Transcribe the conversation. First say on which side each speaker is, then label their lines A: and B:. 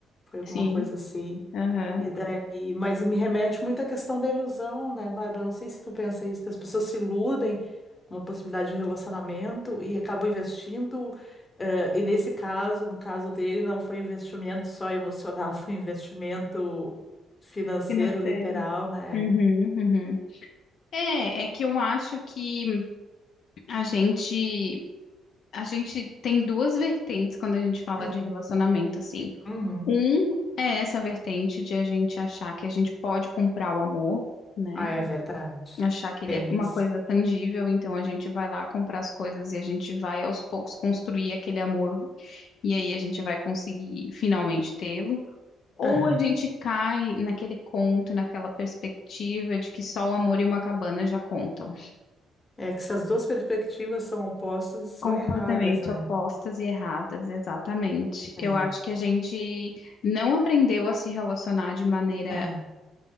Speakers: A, on the left; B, on the left.
A: Foi alguma
B: sim,
A: coisa assim.
B: aham,
A: E daí, mas me remete muito à questão da ilusão, né, Bárbara? Não sei se tu pensa isso, que as pessoas se iludem com uma possibilidade de relacionamento e acabam investindo. eh, e nesse caso, no caso dele, não foi investimento só emocional, <laughs> foi investimento financeiro,
B: Financeiro.
A: literal, né?
B: Uhum, uhum. É, é que eu acho que a gente, a gente tem duas vertentes quando a gente fala
A: Uhum.
B: de relacionamento, assim.
A: Uhum.
B: Um é essa vertente de a gente achar que a gente pode comprar o amor, né?
A: Ah, é verdade.
B: Achar que ele
A: Tem
B: é uma
A: isso.
B: coisa tangível, então a gente vai lá comprar as coisas e a gente vai aos poucos construir aquele amor, e aí a gente vai conseguir finalmente tê-lo. Ou
A: Aham.
B: a gente cai naquele conto, naquela perspectiva de que só o amor e uma cabana já contam.
A: É que se as duas perspectivas são opostas, são
B: Completamente
A: erradas, né?
B: opostas e erradas, exatamente.
A: É.
B: Eu acho que a gente não aprendeu a se relacionar de maneira
A: É.